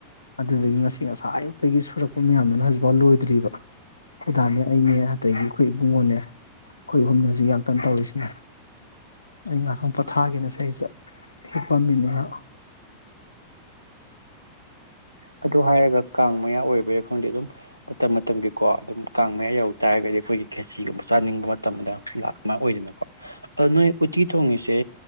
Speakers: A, on the left (about 80°); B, on the right (about 85°).
A: ꯑꯗꯨꯗꯨꯒꯤ ꯉꯁꯤ ꯉꯁꯥꯢ ꯑꯌꯨꯛꯇꯒꯤ ꯁꯨꯔꯛꯄ ꯃꯌꯥꯝꯗꯨꯅ ꯍꯧꯖꯤꯛꯐꯥꯎ ꯂꯣꯏꯗ꯭ꯔꯤꯕ ꯈꯣꯢ ꯗꯥꯅꯦ ꯑꯩꯅꯦ ꯑꯗꯒꯤ ꯑꯩꯈꯣꯏ ꯏꯕꯨꯡꯉꯣꯅꯦ ꯑꯩꯈꯣꯏ ꯑꯍꯨꯝꯅꯤ ꯍꯧꯖꯤꯛ ꯌꯥꯝ ꯀꯟ ꯇꯧꯔꯤꯁꯤꯅ ꯑꯩ ꯉꯥꯏꯍꯥꯛ ꯄꯣꯊꯥꯒꯦꯅ ꯍꯦꯛꯄꯝꯃꯤꯅꯤꯅꯦ ꯉꯥꯛ
B: ꯑꯗꯨ ꯍꯥꯏꯔꯒ ꯀꯥꯡ ꯃꯌꯥ ꯑꯣꯏꯕꯩꯔꯥ ꯈꯪꯗꯦ ꯑꯗꯨꯝ ꯃꯇꯝ ꯃꯇꯝꯒꯤꯀꯣ ꯑꯗꯨꯝ ꯀꯥꯡ ꯃꯌꯥ ꯌꯧ ꯇꯥꯔꯒꯗꯤ ꯑꯩꯈꯣꯏꯒꯤ ꯈꯦꯁꯤꯒꯨꯝꯕ ꯆꯥꯅꯤꯡꯕ ꯃꯇꯝꯗ ꯂꯥꯛ ꯥꯑꯗꯨꯃꯥꯢ ꯑꯣꯏꯗꯅꯀꯣ ꯑꯗ ꯅꯣꯏ ꯎꯠꯇꯤ ꯊꯣꯡꯉꯤꯁꯦ